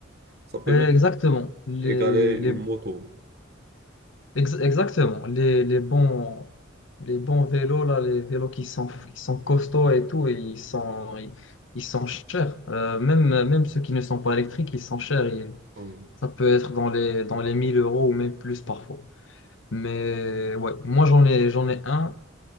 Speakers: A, on the right; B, on the left.
A: Ça peut
B: Euh,
A: même
B: exactement. Les,
A: égaler
B: les,
A: une moto.
B: ex- exactement. Les, les bons, les bons vélos là, les vélos qui sont qui sont costauds et tout, et ils sont ils, ils sont chers. Euh, même même ceux qui ne sont pas électriques, ils sont chers. Ils-
A: Oui.
B: ça peut être dans les dans les 1000 euros ou même plus parfois. Mais ouais, moi j'en ai j'en ai un.